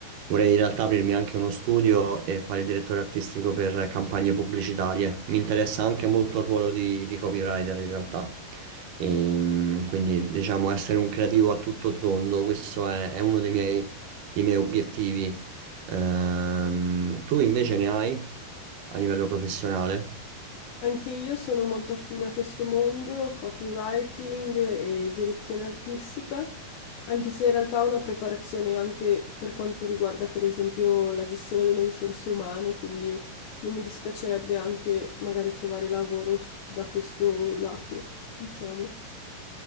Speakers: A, on the right; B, on the left.
A: Vorrei in realtà aprirmi anche uno studio e fare il direttore artistico per campagne pubblicitarie. Mi interessa anche molto il ruolo di, di copywriter in realtà. Ehm, quindi diciamo essere un creativo a tutto tondo, questo è, è uno dei miei, dei miei obiettivi. Ehm, tu invece ne hai a livello professionale?
B: Anche io sono molto affine a questo mondo, copywriting e direzione artistica, anche se in realtà ho una preparazione anche per quanto riguarda per esempio la gestione delle risorse umane, quindi non mi dispiacerebbe anche magari trovare lavoro s- da questo lato, diciamo.